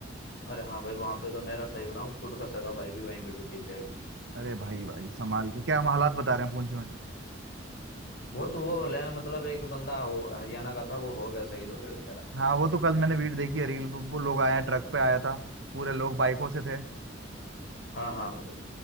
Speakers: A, on the left; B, on the right.
A: अरे हाँ भाई वहां पे तो मेरा सही बताऊँ खुद का सगा भाई भी वहीं पे ड्यूटी पे है अभी
B: अरे भाई भाई संभाल के क्या हम हालात बता रहे हैं पूंछ में
A: बहुत वो ले मतलब एक बंदा हो हरियाणा का था वो हो गया शहीद हो गया बेचारा
B: हाँ वो तो कल मैंने वीडियो देखी है रील वो वो लोग आए हैं ट्रक पे आया था पूरे लोग बाइकों से थे
A: हाँ हाँ वो